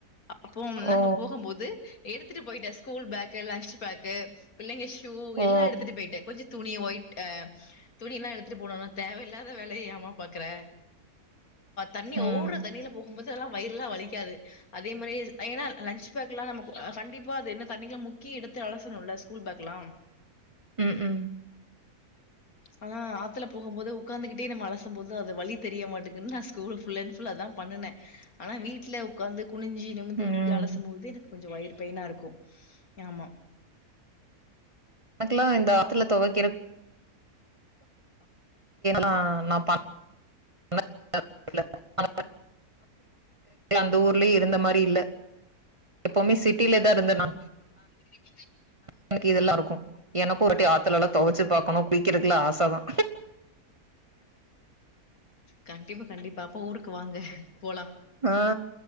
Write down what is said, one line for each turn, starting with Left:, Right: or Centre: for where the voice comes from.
Left: அப்போ நாங்க
Right: ஓ
Left: போகும்போது எடுத்துட்டு போயிட்டேன் ஸ்கூல் பேகு லன்ச் பேகு பிள்ளைங்க எல்லா
Right: ஓ
Left: எடுத்துட்டு போயிட்டன் கொஞ்ச துணி ஒய்ட் அஹ் துணில்லாம் எடுத்துட்டு போணுனா தேவையில்லாத வேலைய ஏமா பாக்குற தண்ணி
Right: ம்
Left: ஓடுற தண்ணியில போகும்போது எல்லாம் வயிறுலாம் வலிக்காது அதே மாதிரி ஏன்னா லன்ச் பேகலா நம்ம கண்டிப்பா அது என்ன தண்ணில முக்கி எடுத்து இடத்து அலசணும்ல்ல ஸ்கூல் பேக்லா
Right: உம் உம்
Left: ஆனா ஆத்துல போகும்போது உட்காந்துகிட்டே நம்ம அலசும் போது அது வலி தெரி மாட்டுக்குன்னு நான் ஸ்கூல் புல்லன் புல் அதான் பண்ணுன ஆனா வீட்டுல உட்காந்து குனுஞ்சு நிமுந்து
Right: ம்
Left: இப்டி இப்டி அலசும் போது எனக்கு கொஞ்சோ வயிறு பெயினா இருக்கும் ஆமா
Right: எனக்கெல்லா இந்த டத்துல துவக்கிற <inaudible> <inaudible> அந்த ஊர்லயும் இருந்த மாரி இல்ல எப்பவுமே சிட்டில தா இருந்தேனா
Left: <unintelligible>
Right: எனக்கு இதெல்லாம் இருக்கு எனக்கு ஒருட்டி ஆத்தல எல்ல துவைச்சு பார்கக்கணு குளிக்கறதுக்குலா ஆச தா
Left: கண் டிப்பா கண்டிப்பா அப்ப ஊருக்கு வாங்க போலா
Right: ஆ